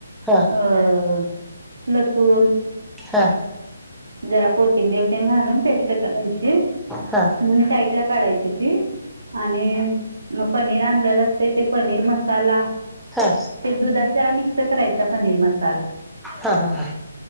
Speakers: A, in the centre; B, on the right (about 60°).
A: हा
B: अ लसून,
A: हा.
B: जरा कोथिंबीर तेन घालून पेस्ट करायची
A: हा हा
B: म साईटला काढायची ती, आणि मग पनीर आणलेलं असतंय ते पनीर मसाला
A: हा हा
B: ते दुधात जरा मिक्सं करायचा पनीर मसाला.
A: हा हा हा.